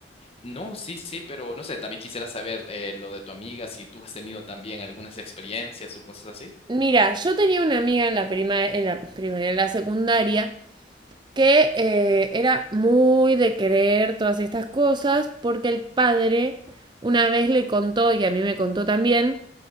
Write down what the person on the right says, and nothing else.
Mira, yo tenía una amiga en la prima, en la primaria, en la secundaria, que eh, era muy de creer todas estas cosas, porque el padre una vez le contó, y a mí me contó también,